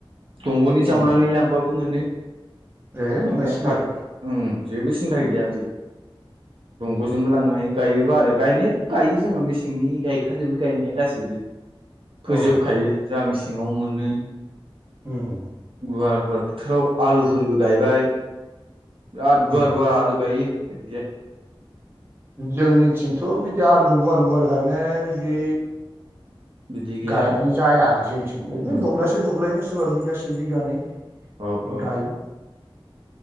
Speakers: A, on the right; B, on the right.
A: दंग'नि जावनानै
B: उम
A: लांबाबो मोनो।
B: ए होमबालाय
A: मोननाया
B: सिन्था
A: खाद
B: गैया
A: ओम। जेबो सिन्था गैया आरि दंग'जोंबो
B: उम
A: लांनो हायो। गायोबो आरो गायनायाथ' गायो जोङो मेसेंनि गायखा जोबो गायनाया गासैबो। फोजोबखायो
B: औ
A: जा मिसिङाव मोनो
B: उम
A: गुवार। गवार फोथाराव आलुफोरबो गायबाय बिराद गुवार
B: उम
A: गुवार आलु गायो। बिदिजाय।
B: जोंनिथिंथ' बिदि आलु गुवार गुवार गायनाय बिदि।
A: बिदि गैयाना
B: गायनाय जाया आरो जोंथिं बिरनो
A: औ
B: दब्लायसे दब्लायनि सोरबा बिगासे। से बिगानै
A: औ
B: बि
A: औ
B: गायो।